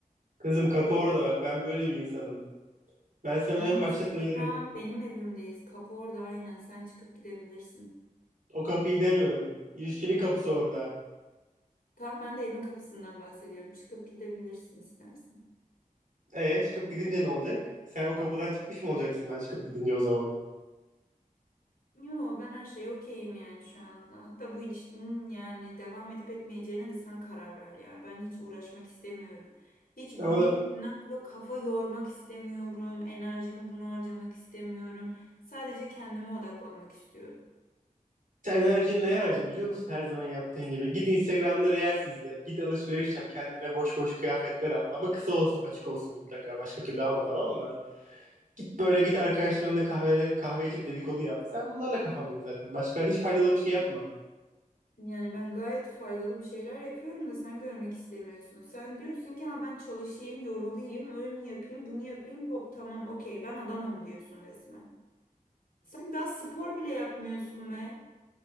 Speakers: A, on the right; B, on the left.
A: Kızım kapı orada bak. Ben böyle bir insanım. Ben sana
B: Yalnız
A: en başta söyledim.
B: şu an benim evimdeyiz. Kapı orada aynen. Sen çıkıp gidebilirsin.
A: O kapıyı demiyorum. İlişkinin kapısı orada.
B: Tam ben de evin kapısından bahsediyorum. Çıkıp gidebilirsin istersen.
A: E çıkıp gidince ne olacak? Sen o kapıdan çıkmış mı olacaksın ben çıkıp gidince o zaman?
B: Yo ben her şeye okeyim yani şu anda. Hatta bu ilişkinin yani devam edip etmeyeceğine de sen karar ver ya. Ben hiç uğraşmak istemiyorum. Hiç bunun
A: Ama da
B: yüzünden kafa kafa yormak istemiyorum. Enerjimi buna harcamak istemiyorum. Sadece kendime odaklanmak istiyorum.
A: sen enerjini neye harca biliyor musun? Her zaman yaptığın gibi. Git Instagram'da reels izle. Git alışveriş yap. Kendine boş boş kıyafetler al. Ama kısa olsun, açık olsun mutlaka. Başka türlü alma tamam mı? Git böyle git arkadaşlarınla kahve kahve içip dedikodu yap. Sen bunlarla kafanlıyorsun zaten. Başka hiç faydalı bir şey yapma.
B: Yani ben gayet faydalı bir şeyler yapıyorum da sen görmek istemiyorsun. Sen diyorsun ki ha ben çalışayım, yorulayım, öyle yapayım, bunu yapayım. Hop tamam okey ben adamım diyorsun resmen. Sen daha spor bile yapmıyorsun be.